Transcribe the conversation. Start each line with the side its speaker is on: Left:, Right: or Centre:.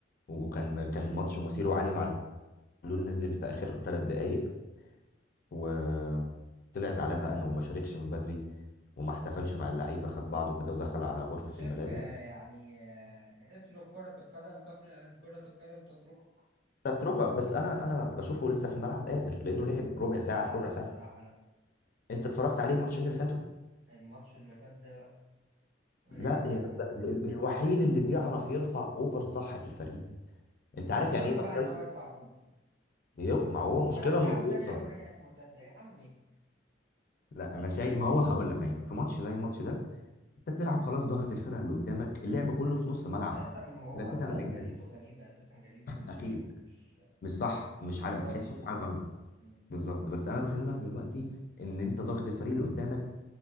Left: وكان كان ماتش مثير وعلي معلول نزل في آخر ثلاث دقايق وطلع زعلان بقى انه ما شاركش من بدري وما احتفلش مع اللعيبه خد بعضه كده ودخل على غرفه
Right: أنت شايف
Left: الملابس
Right: آه، يعني آه، اترك كرة القدم قبل أن كرة القدم تتركك
Left: تتركك بس انا انا بشوفه لسه في الملعب قادر لانه لعب ربع ساعه
Right: لا
Left: في ربع
Right: لا
Left: ساعه
Right: بصراحة لا
Left: انت اتفرجت عليه الماتشين اللي فاتوا
Right: الماتش اللي فات ده لا لان
Left: لا
Right: يعني
Left: يا ب... ب-
Right: م-
Left: ال- الوحيد اللي بيعرف يرفع اوفر صح في الفريق انت
Right: وصلوا
Left: عارف يعني ايه باك
Right: بقى ان
Left: رايت
Right: هو يرفع اوفر
Left: بيو- ما هو
Right: ورجعوا
Left: مشكله انه بيوصل
Right: تاني لو رجعت مرتده يا عمي
Left: لا انا شايف ما هو هقول لك يعني في ماتش زي الماتش ده انت بتلعب خلاص ضاغط الفرقه اللي قدامك اللعب كله في نص ملعب
Right: يا اسطى من وهو
Left: 30
Right: صغير
Left: 40
Right: جريته
Left: متر
Right: غريبه اساسا جريته مش
Left: اكيد
Right: مش
Left: مش صح مش
Right: مش
Left: عارف
Right: رياضي
Left: بتحسه
Right: يعني
Left: في حاجه غلط
Right: مم.
Left: بالظبط بس انا بكلمك دلوقتي ان انت ضاغط الفريق اللي قدامك